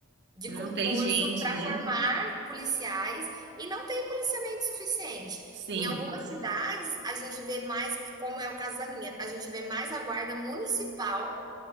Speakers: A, on the right; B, on the right.
A: de
B: Não
A: concurso
B: tem gente,
A: para
B: né?
A: formar policiais e não tem policiamento suficiente.
B: Sim,
A: Em algumas cidades, a gente vê mais, como é o caso da minha, a gente vê mais a guarda municipal